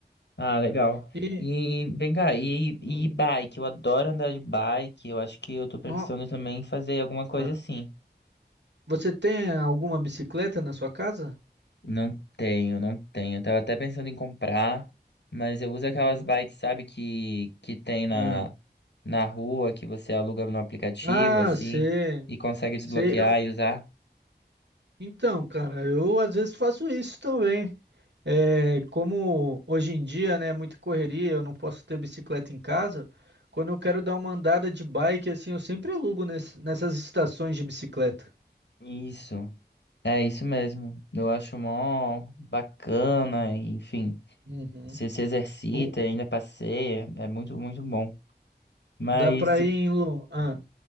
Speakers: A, on the left; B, on the right.
A: Ah, legal.
B: E
A: E vem cá, e,
B: hum,
A: e bike? Eu adoro andar de bike, eu acho que eu tô pensando
B: no-
A: também em fazer alguma coisa
B: ah,
A: assim.
B: você tem alguma bicicleta na sua casa?
A: Não tenho, não tenho. Eu tava até pensando em comprar, mas eu uso
B: Uhum.
A: aquelas bikes, sabe, que, que tem na,
B: Ah,
A: na rua, que você aluga no aplicativo,
B: Ah,
A: assim,
B: sei,
A: e consegue desbloquear
B: sei. Eu-
A: e usar.
B: Então, cara, eu às vezes faço isso também. É, como hoje em dia, né, é muita correria, eu não posso ter bicicleta em casa. Quando eu quero dar uma andada de bike, assim, eu sempre alugo ness- nessas estações de bicicleta.
A: Isso. É isso mesmo. Eu acho mó bacana, enfim.
B: Uhum.
A: Você se exercita,
B: O-
A: e ainda passeia, é muito, muito bom. Mas
B: Dá pra ir em, lu- ah,